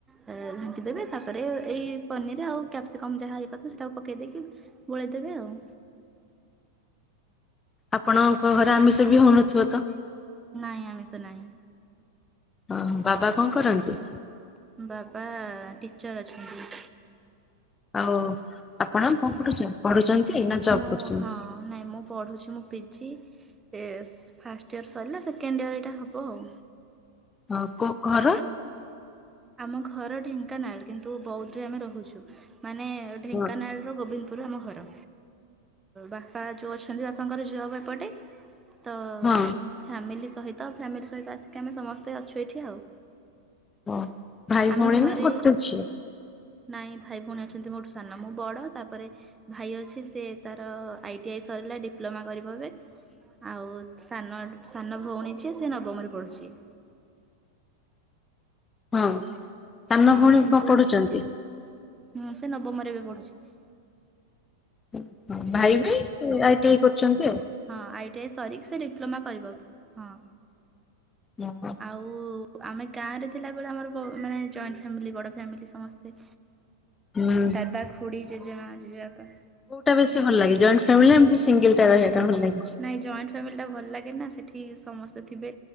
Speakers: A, on the right (about 15°); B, on the left (about 20°).
A: ଘାଣ୍ଟି ଦେବେ ତାପରେ ଏଇ ପନିର୍ ଆଉ କ୍ୟାପ୍ସିକମ୍ ଯାହା ହେକାଥିବ ସେଇଟାକୁ ପକାଇ ଦେଇକି ଗୋଳାଇଦେବେ ଆଉ
B: ଆପଣଙ୍କ ଘରେ ଆମିଷ ବି ହଉନଥିବ ତ?
A: ନାଇଁ ଆମିଷ ନାହିଁ।
B: ଓହୋ ବାବା କଣ କରନ୍ତି?
A: ବାବା ଟିଚର୍ ଅଛନ୍ତି।
B: ଆଉ ଆପଣ କଣ ପଢୁଛ? ପଢୁଛନ୍ତି ନା ଜବ୍
A: ମୁଁ
B: କରୁଛନ୍ତି?
A: ହଁ ନାଇଁ ମୁଁ ପଢୁଛି ମୁଁ ପିଜି ଏ ଫାଷ୍ଟ ଇୟର୍ ସରିଲା ସେକେଣ୍ଡ ଇୟର୍ ଏଇଟା ହେବ ଆଉ।
B: ହଁ <unintelligible> ଘର।
A: ଆମ ଘର ଢେଙ୍କାନାଳ କିନ୍ତୁ ବୌଦ୍ଧରେ ଆମେ ରହୁଛୁ ମାନେ ଢେଙ୍କାନାଳ
B: ହଁ
A: ପାଟ ଗୋବିନ୍ଦପୁର ଆମ ଘର ବାପା ଯୋଉ ଅଛନ୍ତି ବାପାଙ୍କର ଜବ୍ ଏପଟେ ତ
B: ହଁ
A: ଫ୍ୟାମିଲି ସହିତ ଫ୍ୟାମିଲି ସହିତ ଆସିକି ଆମେ ସମସ୍ତେ ଅଛୁ ଏଇଠି ଆଉ।
B: ହଁ ଭାଇ
A: ଆମେ
B: ଭଉଣୀ
A: ଘରେ
B: ନା <unintelligible>
A: ନାଇଁ ଭାଇ ଭଉଣୀ ଅଛନ୍ତି ମୋଠୁ ସାନ ମୁଁ ବଡ଼ ତାପରେ ଭାଇ ଅଛି ସେ ତାର ଆଇଟି ଆଇ ସରିଲା ଡିପ୍ଲୋମା କରି ବ ଏବେ ଆଉ ସାନ ସାନ ଭଉଣୀ ଯିଏ ସେ ନବମରେ ପଡ଼ୁଛି
B: ହଁ। ସାନ
A: ହଁ
B: ଭଉଣୀ
A: କିନ୍ତୁ
B: କଣ ପଢୁଛନ୍ତି?
A: ହଁ ସେ ନବମରେ ଏବେ ପଢୁଛି।
B: ଓ ହ ଭାଇ ବି ଆଇଟିଆଇ କରୁଛନ୍ତି ଆଉ।
A: ହଁ ଆଇଟି ଆଇ ସରିକି ସେ ଡିପ୍ଲୋମା କରିବ ଏବେ ହଁ।
B: ହୁଁ।
A: ଆଉ ଆମେ ଗାଁରେ ଥିଲାବେଳେ ଆମର ମାନେ ଜଏଣ୍ଟ୍ ଫ୍ୟାମିଲି ବଡ଼ ଫ୍ୟାମିଲି ସମସ୍ତେ
B: ହୁଁ
A: ଦାଦା ଖୁଡ଼ି ଜେଜେମା ଜେଜେବାପା
B: କଉଟା ବେଶୀ ଭଲ ଲାଗେ ଜଏଣ୍ଟ ଫ୍ୟାମିଲି ଏମିତି ସିଙ୍ଗିଲି ଟା ରହିବାଟା ଭଲ ଲାଗୁଛି?
A: ନାହିଁ ଜଏଣ୍ଟ ଫ୍ୟାମିଲିଟା ଭଲ ଲାଗେ ନା ସେଠି ସମସ୍ତେ ଥିବେ।